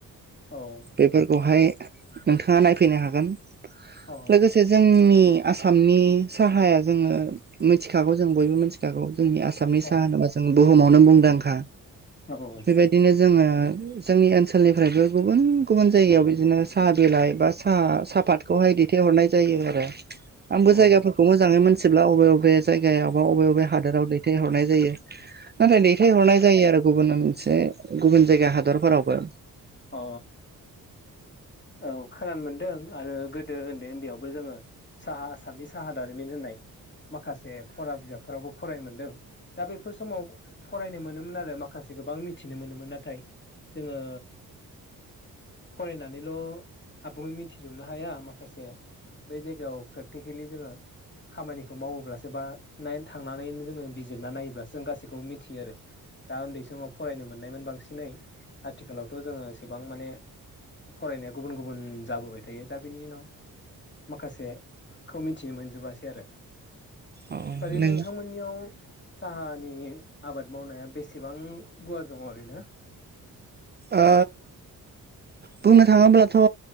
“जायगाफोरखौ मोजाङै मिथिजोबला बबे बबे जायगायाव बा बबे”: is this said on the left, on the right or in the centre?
Right